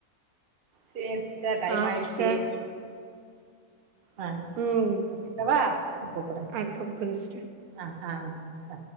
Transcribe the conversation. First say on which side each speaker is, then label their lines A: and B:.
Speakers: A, on the right; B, on the right.
A: சேரி சிஸ்டர் டைம்
B: ஆ
A: ஆயிருச்சு
B: சிஸ்டர்.
A: ஆ
B: ம்.
A: வச்சிடவா கூப்பட்ர
B: அ கூப்பிடுங்க சிஸ்டர்.
A: ஆ ஆ ஓகே சிஸ்டர் ஆ